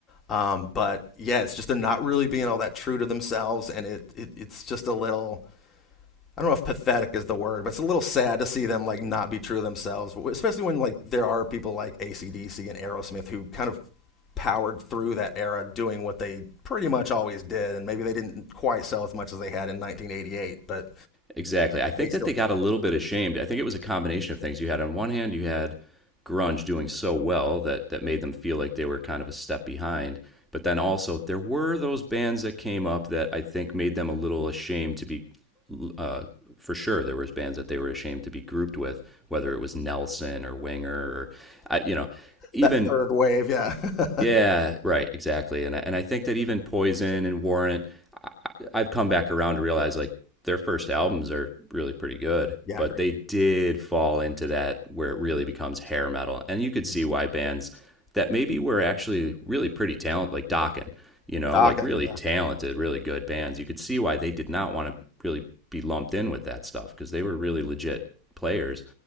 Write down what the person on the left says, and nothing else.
Um, but yeah, it's just they're not really being all that true to themselves, and it, it it's just a little. I don't know if pathetic is the word, but it's a little sad to see them like not be true to themselves, especially when like there are people like ACDC and Aerosmith who kind of powered through that era doing what they pretty much always did, and maybe they didn't quite sell as much as they had in 1988, but
they still
that third wave. Yeah, <laughs>
yeah,
I agree.
Mhm.
Dokken.
Yeah.